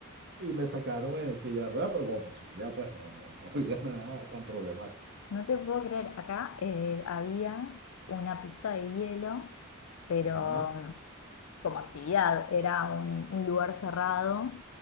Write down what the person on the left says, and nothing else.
No te puedo creer. Acá eh, había una pista de hielo, pero
como actividad, era un, un lugar cerrado